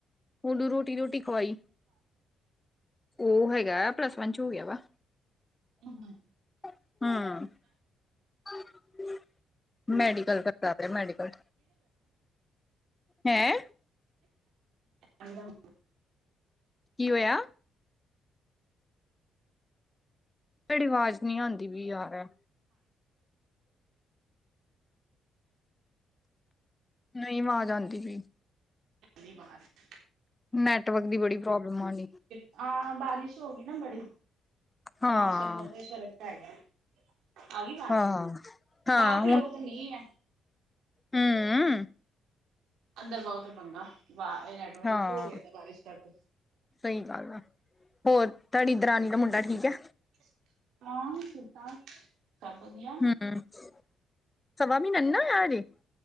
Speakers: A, on the left; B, on the right.
A: ਉਹ ਨੂੰ ਰੋਟੀ ਰੂਟੀ ਖਵਾਈ, ਉਹ ਹੈਗਾ ਪਲੱਸ ਵਨ ਚ ਹੋ ਗਿਆ ਵਾ।
B: ਹਮ ਹਮ
A: <unintelligible> ਹਮ <unintelligible> ਮੈਡੀਕਲ ਕਰਦਾ ਪਿਆ ਮੈਡੀਕਲ। ਹੈਂ
B: ਹਣੀ ਤਾਂ <unintelligible>
A: ਕੀ ਹੋਇਆ? ਤੁਹਾਡੀ ਵਾਜ਼ ਨਹੀਂ ਆਂਦੀ ਪਈ ਯਾਰ। ਨਹੀਂ ਵਾਜ਼ ਆਂਦੀ ਪਈ।
B: ਧੰਨੀ ਬਦ <unintelligible>
A: ਨੈਟਵਰਕ ਦੀ ਬੜੀ ਪ੍ਰੋਬਲਮ ਆਂਡੀ।
B: ਹਾਂ ਬਾਰਿਸ਼ ਹੋ ਗਈ ਨਾ ਬੜੀ
A: ਹਾਂ
B: ਮੌਸਮ ਦਾ ਫ ਫ਼ਰਕ ਪੇਗਿਆਂ। <unintelligible> ਆਵ ਵਜ
A: ਹਾਂ ਹਾਂ
B: ਬਾਹਰ ਕੇ ਲੋਕ ਤਾਂ ਨੀ ਹੈ।
A: ਹਮ
B: ਅੰਦਰ ਬਹੁਤ ਪੰਗਾ ਵਾਹ ਨੈਟਵਰਕ
A: ਹਾਂ
B: ਇਸ਼ੂ ਹੋ ਗਿਆ ਬਾਰਿਸ਼ ਕਰਕੇ।
A: ਸਹੀ ਗੱਲ ਆ। ਹੋਰ ਤੁਹਾਡੀ ਦਰਾਣੀ ਦਾ ਮੁੰਡਾ ਠੀਕ ਐ।
B: <unintelligible> ਹਾਂ ਠੀਕ ਆ <inaudible> ਘਰ ਵਧੀਆ
A: ਹਮ <inaudible> ਸਵਾ ਮਹੀਨਾ ਨੀਂ ਨਾ ਹੋਇਆ ਹਜੇ।